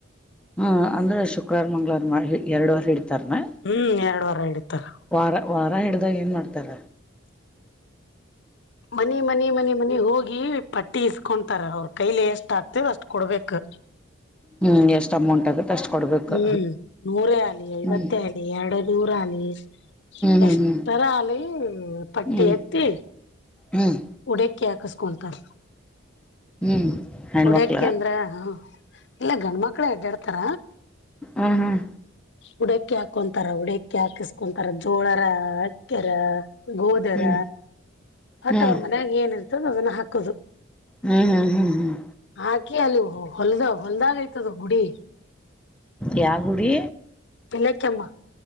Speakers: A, in the centre; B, on the left (about 60°).
A: ಹಾ ಅಂದ್ರ ಶುಕ್ರವಾರ ಮಂಗ್ಳವಾರ ಎರಡು ವಾರ ಹಿಡ್ತಾರನ
B: ಹ್ಮ್ ಎರಡ್ ವಾರ ಹಿಡಿತಾರ
A: ವಾರ ವಾರ ಹಿಡ್ದಾಗ ಏನ್ ಮಾಡ್ತಾರ
B: ಮನಿ ಮನಿ ಮನಿ ಮನಿ ಹೋಗಿ ಪಟ್ಟಿ ಇಸ್ಕೊಂತಾರ ಅವ್ರ ಕೈಲೆ ಎಷ್ಟ ಎಷ್ಟ ಆಗ್ತದೆ ಅಷ್ಟು ಕೊಡ್ಬೇಕು
A: ಹ್ಮ್ ಎಷ್ಟ್ ಅಮೌಂಟ್ ಆಗತ್ತೆ ಅಷ್ಟ್ ಕೊಡ್ಬೇಕು
B: ಹ್ಮ್ ನೂರೇ ಆಲಿ ಐವತ್ತೇ
A: ಹ್ಮ್
B: ಆಲಿ ಎರಡು ನೂರ ಆಲಿ
A: ಹ್ಮ್
B: ಎಷ್ಟರ ಅಲಿ ಪಟ್ಟಿ
A: ಹ್ಮ್
B: ಎತ್ತಿ
A: ಹ್ಮ್ ಹ್ಮ್ ಹ್ಮ್
B: ಉಡೆಕ್ಕಿ ಹಾಕಸ್ಕೊಂತಾರ
A: ಹ್ಮ್ ಹೆಣ್ಮಕ್ಳ
B: ಉಡೆಕ್ಕಿ ಅಂದ್ರೆ ಹ ಇಲ್ಲ ಗಂಡ ಮಕ್ಳು ಹೆಡ್ಡಾಡ್ತಾರ
A: ಹ್ಮ ಹ್ಮ್
B: ಉಡಕ್ಕಿ ಹಾಕೊಂತಾರ ಉಡಕ್ಕಿ ಹಾಕಿಸಕೊಂತಾರ ಜೋಳರ ಅಕ್ಕೆರ ಗೋದೆರ
A: ಹ್ಮ್
B: ಹೊಟ್ಟವ್ರ
A: ಹ್ಮ್ ಹ್ಮ್
B: ಮನ್ಯಾಗ ಏನಿರ್ತದ ಅದನ್ನ ಹಾಕೋದು
A: ಹ್ಮ್ ಹ್ಮ್ ಹ್ಮ್ ಹ್ಮ್
B: ಹಾಕಿ ಅಲ್ಲಿ ಹೊಲ್ದ ಹೊಲ್ದಾಗಯ್ತದ ಗುಡಿ
A: ಯಾ ಗುಡಿ
B: ಪಿಲಕ್ಕೆಮ್ಮ